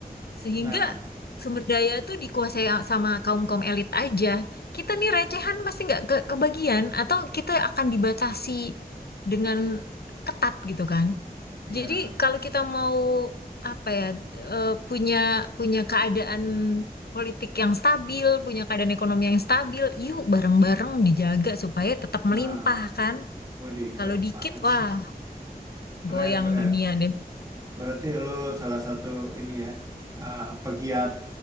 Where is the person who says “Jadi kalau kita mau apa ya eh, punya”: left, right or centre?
Left